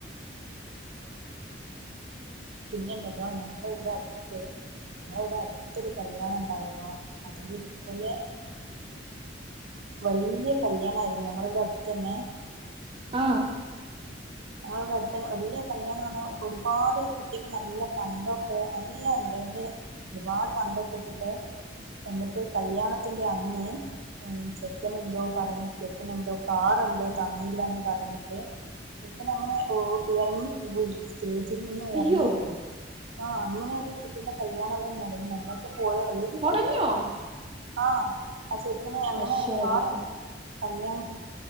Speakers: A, on the right; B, on the right.
A: പിന്നെണ്ടല്ലോ ഞങ്ങളെ ഇവിടെ അടുത്ത് ഞങ്ങളെവിടെ അടുത്തൊരു കല്യാണംണ്ടായിട്ടോ അതില് ഇതേപോലെ വലിയ കല്യാണായിരുന്നു ഞങ്ങളിവിടെ അടുത്തന്നെ
B: അ
A: ഞങ്ങളിവിടെ അടുത്തന്നെ വലിയ കല്യാണംന്ന് പറഞ്ഞാ ഒരുപാട് കുട്ടിക്ക് നല്ല പണ്ടൊക്കെ നല്ലോണ്ട്. ത് ഒരുപാട് പണ്ടൊക്കെ ഇട്ടിട്ട് എന്നിട്ട് കല്യാണത്തിന്റെ അന്ന് ചെക്കൻ എന്തോ പറഞ്ഞ് ചെക്കൻ എന്തോ കാറെന്തോ തന്നില്ലാന്ന് പറഞ്ഞിട്ട് ചെക്കൻ അങ്ങനെ ഓ ഇറങ്ങിപ്പോയി സ്റ്റേജിൽ നിന്നും
B: അയ്യോ
A: ഇറങ്ങിപ്പോയി. ആഹ് അങ്ങനൊരു കുട്ടിന്റെ കല്യാണം വിടെ മുടങ്ങി ഞങ്ങളൊക്കെ പോയാ വലിയൊരു
B: മുടങ്ങിയോ
A: കല്യാണര്ന്ന് ആഹ് ആ ചെക്കന് അങ്ങനെ
B: അശ്ശോടാ
A: മാറ കല്യാണത്തിന്